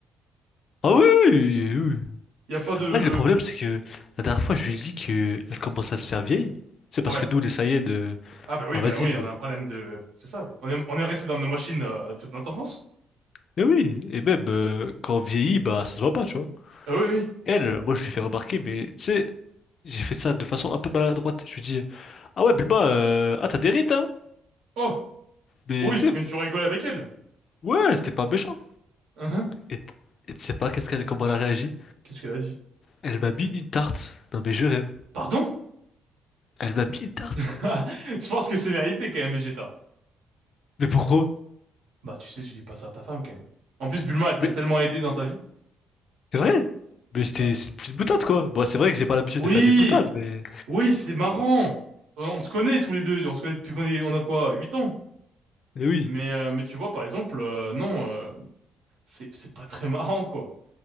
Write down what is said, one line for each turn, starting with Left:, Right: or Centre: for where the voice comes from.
Left: Ah oui, oui, oui.
Right: Y a pas de...
Left: Ouais, le problème, c'est que la dernière fois, je lui ai dit que elle commence à se faire vieille. C'est parce
Right: Ouais.
Left: que nous, les Saiyans, euh,
Right: Ah bah oui,
Left: bah
Right: bah
Left: vas-y.
Right: oui, on
Left: Mais
Right: a un problème de... C'est ça, oui. On est, on est resté dans nos machines euh, toute notre enfance.
Left: mais oui, et même euh, quand on vieillit, bah ça se voit pas, tu vois.
Right: Ah oui, oui,
Left: Elle, euh, moi, je lui ai fait remarquer, mais tu sais, j'ai fait ça de façon un peu maladroite. Je lui ai dit, ah ouais, Bulma, euh, ah t'as des rides, hein?
Right: Oh,
Left: Mais
Right: oui,
Left: tu
Right: tu-
Left: sais,
Right: mais tu rigoles avec elle.
Left: ouais, c'était pas méchant.
Right: Hein?
Left: Et t- et tu sais pas qu'est-ce qu'elle, comment elle a réagi?
Right: Qu'est-ce qu'elle a dit?
Left: Elle m'a mis une tarte. Non mais je rêve.
Right: Pardon?
Left: Elle m'a mis une tarte.
Right: <laughs> Je pense que c'est mérité quand même, Vegeta.
Left: Mais pourquoi?
Right: Bah, tu sais, tu dis pas ça à ta femme quand même. En plus, Bulma, elle t'a
Left: Mais
Right: tellement aidé dans ta vie.
Left: c'est vrai! Mais c'était
Right: Bah.
Left: c'est une petite boutade quoi! Bon, c'est vrai que j'ai pas l'habitude
Right: Oui,
Left: de faire des boutades, mais.
Right: oui, c'est marrant. On on se connaît tous les deux, on se connaît depuis qu'on est, on a quoi, 8 ans.
Left: Mais oui!
Right: Mais, euh, mais tu vois, par exemple, euh, non, euh, c'est, c'est pas très marrant, quoi.